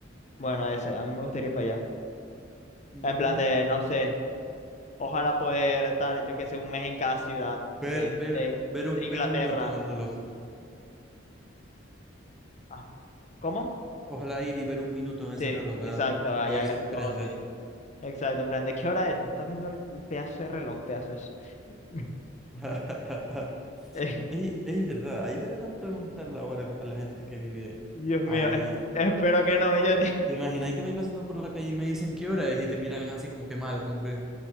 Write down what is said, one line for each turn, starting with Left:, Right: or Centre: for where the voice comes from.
Left: Bueno, ese, a mí me gustaría ir para allá.
Centre: Mm,
Left: En plan de, no sé, ojalá poder estar, yo que sé, un mes en cada ciudad de,
Centre: Ver, ver,
Left: de,
Centre: ver un,
Left: de
Centre: ver
Left: Inglaterra.
Centre: un minuto en el reloj.
Left: Ajá. ¿Cómo?
Centre: Ojalá ir y ver un minuto en ese
Left: Sí,
Centre: reloj,
Left: exacto,
Centre: ¿verdad?
Left: allá
Centre: A ver
Left: grandote.
Centre: si es diferente.
Left: Exacto, en plan, ¿de qué hora es? ¿No estás viendo el el pedazo de reloj, pedazo de... su- <laughs>
Centre: <laughs>
Left: Eh,
Centre: Y es verdad, ahí deberán preguntar la hora a la gente que vive
Left: Dios mío,
Centre: ahí.
Left: eh, espero que no. Yo te-
Centre: Imagina que vais pasando por la calle y me dicen qué hora es y te miran así como que mal, como que,